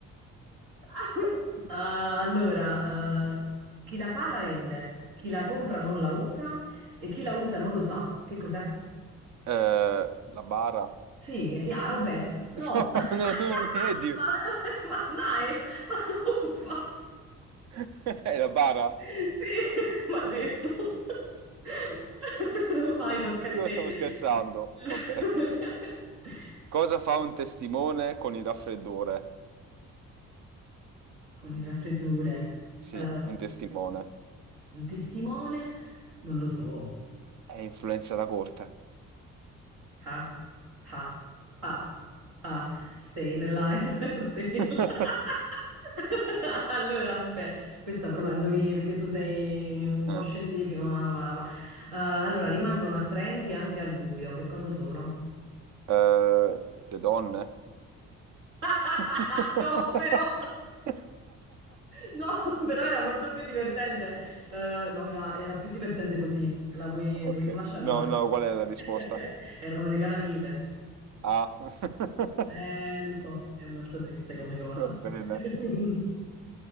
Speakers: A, on the right; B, on the right.
A: <laughs> Ah, allora, eh, chi la fa la vende, chi la compra non la usa e chi la usa non lo sa. Che cos'è?
B: Eh, la bara?
A: Sì, chiaro, vabbè. No.
B: <laughs> No,
A: <laughs>
B: no, no,
A: No,
B: non è di...
A: ma, ma- ma dai, ma uffa.
B: <laughs> È la bara?
A: Sì, <laughs> maledetto. <laughs> Vai, tocca a
B: Io
A: te.
B: stavo
A: <laughs>
B: scherzando. Vabbè. Cosa fa un testimone con il raffreddore?
A: Con il raffreddore.
B: Sì,
A: Eh,
B: un testimone.
A: un testimone? Non lo so.
B: È influenza da corte.
A: Ha, ha, ha, ha. Staying alive, <laughs> staying
B: <laughs>
A: alive. <laughs> Allora, aspetta, questa però la indovini perché tu sei un po'
B: Eh,
A: scientifico. ma- ma- ma. Eh, allora, rimangono attraenti anche al buio. Che cosa sono?
B: eh, le donne?
A: <laughs>
B: <laughs>
A: No, però... <laughs> No, però era molto più divertente. Eh, no, era, era più divertente così. La vuoi-
B: Ok,
A: vogliamo lasciare?
B: no,
A: No, eh.
B: no, qual è la risposta?
A: <laughs> Erano le calamite.
B: A. <laughs>
A: Eh, lo so, è molto triste come cosa.
B: Va bene.
A: <laughs>